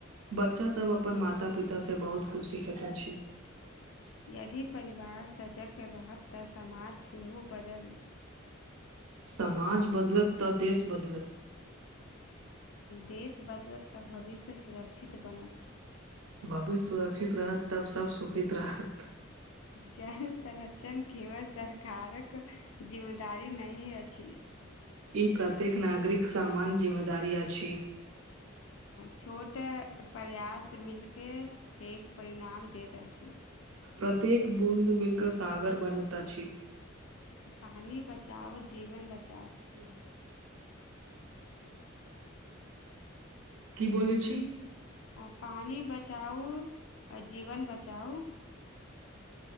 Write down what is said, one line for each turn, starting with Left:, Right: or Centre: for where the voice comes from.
Right: बच्चा सब अपन माता पिता से बहुत कुछ सिखेता छै
Left: यदि परिवार सजक रहत तऽ समाज सेहो बदल
Right: समाज बदलत तऽ देश बदलत
Left: देश बदलत तऽ भविष्य सुरक्षित बनत
Right: भविष्य सुरक्षित रहत तब सब सुखित रहत
Left: जल संरक्षण केवल सरकारक जिम्मेदारी नहि अछि
Right: ई प्रत्येक नागरिक सामान्य जिम्मेदारी अछि
Left: छोट प्रयास मिलके पैघ परिणाम दैत अछि
Right: प्रत्येक बूँद मिलकऽ सागर बनैत अछि
Left: पानी बचाओ जीवन बचाओ
Right: बी की बोले छी
Left: आ पानि बचाउ आ जीवन बचाउ